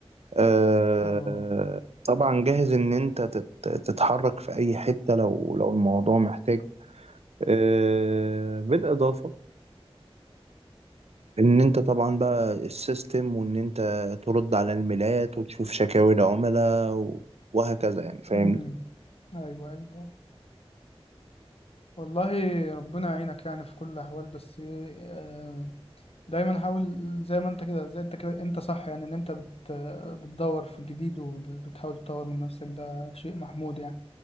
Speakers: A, on the right; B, on the left.
A: آه،
B: اه
A: طبعا جاهز ان انت تت- تتحرك في اي حتة لو لو الموضوع محتاج آه، بالإضافة ان انت طبعا بقى السيستم وان انت ترد على الميلات وتشوف شكاوي العملاء و- وهكذا يعني فاهمني
B: امم ايوه ايوه والله ربنا يعينك يعني في كل الاحوال بس إيه، آه، دايما حاول زي ما انت كده زي انت كده انت صح يعني ان انت بت بتدور في الجديد وبتحاول تطور من نفسك ده شيء محمود يعني